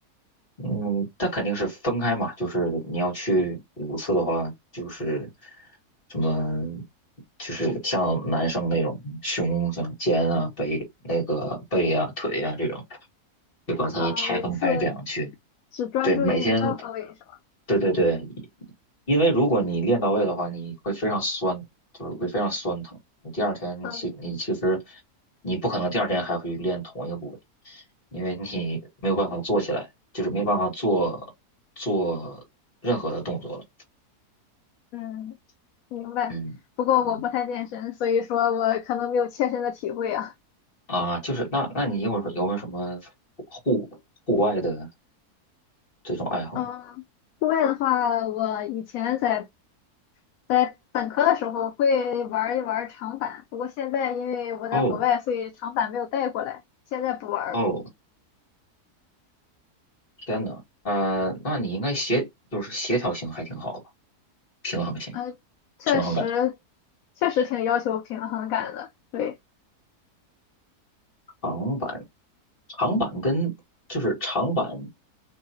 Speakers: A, on the left; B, on the left.
A: 嗯，但肯定是分开嘛，就是你要去五次的话，就是什么，就是像男生那种胸像肩啊、背那个背啊、腿啊这种，就把它拆分开这样去。
B: 啊，每次只专注于一个部位是吗？
A: 对，每天，对对对，因为如果你练到位的话，你会非常酸，就是会非常酸疼。你第二天其你其实
B: 嗯
A: 你不可能第二天还会练同一个部位，因为你没有办法做起来，就是没有办法做做任何的动作了。
B: 嗯，明白。
A: 嗯嗯
B: 不过我不太健身，所以说我可能没有切身的体会啊。
A: 啊，就是那那你一会儿有没有什么户户外的这种爱好？
B: 嗯，户外的话，我以前在在本科的时候会玩一玩长板，不过现在因为我在国外，
A: 哦
B: 所以长板没有带过来，现在不玩了。
A: 哦，天呐，呃，那你应该协就是协调性还挺好吧，平衡性。
B: 嗯，确实
A: 平衡感。
B: 确实挺要求平衡感的，对。
A: 长板，长板跟就是长板，